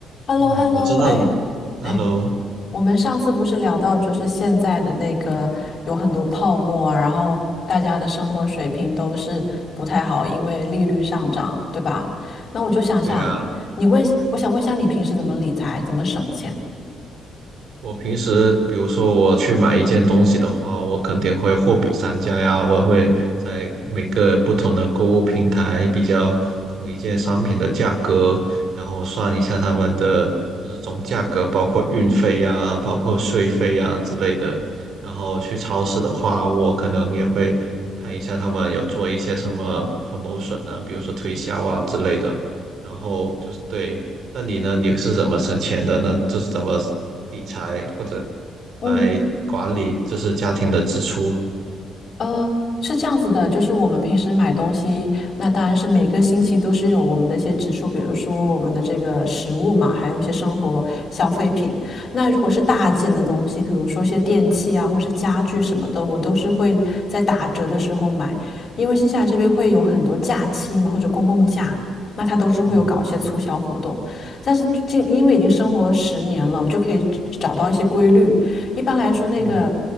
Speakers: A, on the left; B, on the right.
A: h e l
B: 嗯，
A: l o h e l
B: 我知道
A: l o 哎哎，
B: ，Hello，
A: 我们上次不是聊到，就是现在的那个有很多泡沫啊，然后大家的生活水平都是不太好，因为利率上涨，对吧？那我就想想，
B: 对啊，
A: 你问，我想问一下，你平时怎么理财，怎么省钱？
B: 我平时比如说我去买一件东西的话，我肯定会货比三家呀，我会在每个不同的购物平台比较同一件商品的价格，然后算一下他们的就是总价格，包括运费呀，包括税费呀之类的。然后去超市的话，我可能也会看一下他们有做一些什么 promotion 啊，比如说推销啊之类的。然后就是对，那你呢？你是怎么省钱的呢？就是怎么理财或者
A: 嗯。
B: 来管理，就是家庭的支出？
A: 呃，是这样子的，就是我们平时买东西，那当然是每个星期都是有我们的一些支出，比如说我们的这个食物嘛，还有一些生活消费品。那如果是大件的东西，比如说一些电器啊，或者是家具什么的，我都是会在打折的时候买，因为新西兰这边会有很多假期嘛，或者公共假，那它都是会有搞一些促销活动。
B: 嗯
A: 但是就因为已经生活了十年了，我就可以找到一些规律。一般来说，那个
B: 嗯，